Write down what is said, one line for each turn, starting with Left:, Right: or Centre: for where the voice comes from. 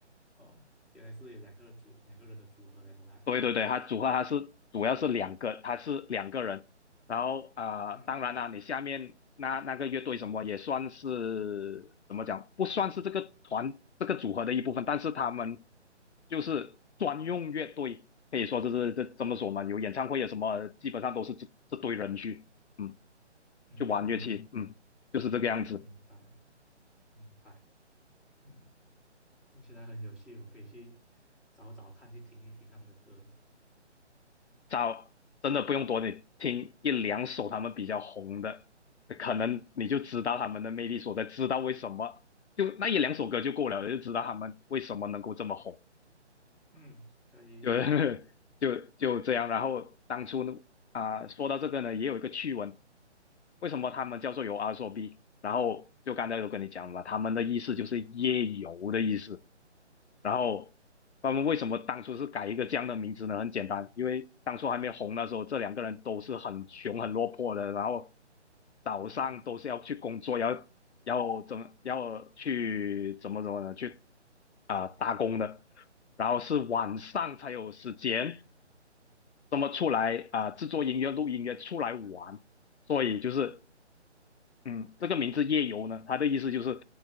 Centre: 哦，原来是有两个组两个人的组合来的啦。
Left: 对对对，他组合他是主要是两个，他是两个人。然后啊、
Centre: 嗯
Left: 呃当然啦，你下面那那个乐队什么也算是怎么讲，不算是这个团这个组合的一部分，但是他们就是专用乐队，可以说就是这这么说嘛，有演唱会有什么，基本上都是这这堆人去嗯
Centre: 嗯，
Left: 去玩乐器，嗯，就是这个样子。
Centre: 明白明白，嗯，听起来很有趣，我可以去找找看，去听一听他们的歌。
Left: 找真的不用多，你听一两首他们比较红的，可能你就知道他们的魅力所在，知道为什么就那一两首歌就够了，就知道他们为什么能够这么红。
Centre: 嗯，可以，
Left: 就 <laughs> 就就这样。然后当初呢，啊、说到这个呢，也有一个趣闻，为什么他们叫做有阿说 B？然后就刚才有跟你讲了，他们的意思就是夜游的意思。然后他们为什么当初是改一个这样的名字呢？很简单，因为当初还没红的时候，这两个人都是很穷、很落魄的，然后早上都是要去工作，
Centre: 嗯
Left: 要要怎么要去怎么怎么呢？去啊、呃打工的，然后是晚上才有时间这么出来啊、呃制作音乐、录音乐出来玩，所以就是嗯，这个名字夜游呢，它的意思就是